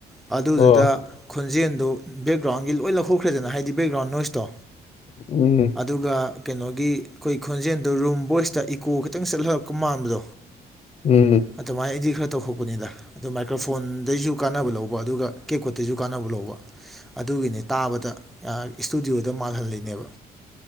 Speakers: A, in the centre; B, on the left (about 45°).
A: ꯑꯗꯨꯗꯨꯗ
B: ꯑꯥ
A: ꯈꯣꯟꯖꯦꯜꯗꯨ ꯕꯦꯛꯒ꯭ꯔꯥꯎꯟ ꯒꯤ ꯂꯣꯏ ꯂꯧꯊꯣꯛꯈ꯭ꯔꯦꯗꯅ ꯍꯥꯏꯗꯤ ꯕꯦꯛꯒ꯭ꯔꯥꯎꯟ ꯅꯣꯏꯁ ꯇꯣ
B: ꯎꯝ
A: ꯑꯗꯨꯒ ꯀꯩꯅꯣꯒꯤ ꯑꯩꯈꯣꯏ ꯈꯣꯟꯖꯦꯜ ꯗꯣ ꯔꯨꯝ ꯕꯣꯏꯁꯇ ꯏꯀꯣ ꯈꯤꯇꯪ ꯆꯠꯍꯜꯂꯛꯄ ꯃꯥꯟꯕꯗꯣ
B: ꯎꯝ
A: ꯑꯗꯨꯃꯥꯏꯅ ꯑꯩꯗꯤ ꯈꯔ ꯇꯧꯊꯣꯛꯄꯅꯤꯗ ꯑꯗꯨ ꯃꯥꯏꯀꯔꯐꯣꯟꯗꯩꯁꯨ ꯀꯥꯟꯅꯕ ꯂꯧꯕ ꯑꯗꯨꯒ ꯀꯦꯀꯣꯠꯇꯩꯁꯨ ꯀꯥꯟꯅꯕ ꯂꯧꯕ ꯑꯗꯨꯒꯤꯅꯤ ꯇꯥꯕꯗ ꯏꯁꯇꯨꯗꯤꯑꯣꯗ ꯃꯥꯜꯍꯜꯂꯤꯅꯦꯕ